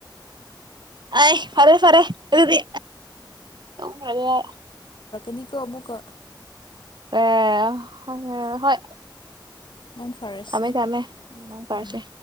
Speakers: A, on the right; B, on the left.
A: ꯑ ꯐꯔꯦ ꯐꯔꯦꯗꯤ ꯃꯔ
B: ꯅꯤ ꯀꯃ ꯀ
A: ꯑ ꯑ ꯍꯣꯏ
B: ꯃꯪ ꯐꯔꯁꯦ
A: ꯊꯃꯦ ꯊꯃꯦ ꯃꯥ ꯐꯔꯁꯦ
B: ꯎꯝ